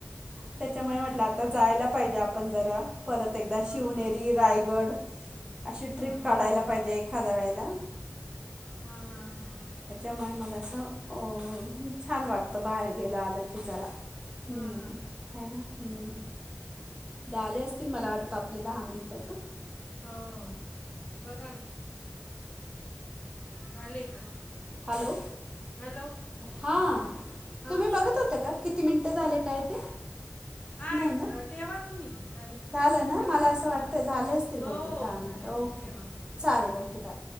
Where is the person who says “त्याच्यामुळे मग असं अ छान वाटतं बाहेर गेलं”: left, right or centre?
Right